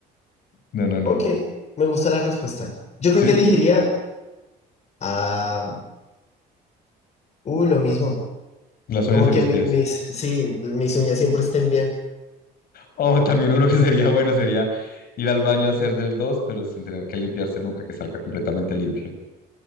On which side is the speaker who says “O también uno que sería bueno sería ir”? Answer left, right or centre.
Left